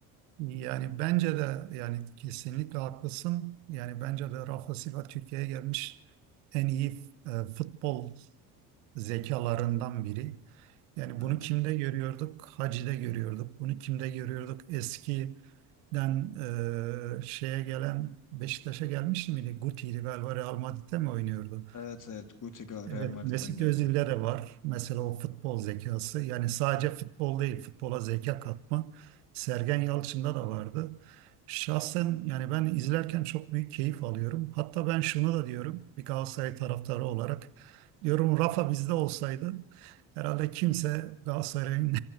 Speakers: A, on the right; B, on the left.
A: Yani bence de yani kesinlikle haklısın. Yani bence de Rafa Silva Türkiye'ye gelmiş en iyi e, futbol zekalarından biri. Yani bunu
B: Evet.
A: kimde görüyorduk? Hacı'da görüyorduk. Bunu kimde görüyorduk? Eskiden e, şeye gelen Beşiktaş'a gelmişti miydi? Guti'ydi galiba Real Madrid'de mi oynuyordu?
B: Evet evet Guti Ga-
A: Evet,
B: Real Madrid'den
A: Mesut
B: geldim.
A: Özil'de de var. Mesela o futbol zekası. Yani sadece futbol değil, futbola zeka katma. Sergen Yalçın'da da vardı. Şahsen yani ben izlerken çok büyük keyif alıyorum. Hatta ben şunu da diyorum bir Galatasaray taraftarı olarak. Diyorum Rafa bizde olsaydı herhalde kimse Galatasaray'ın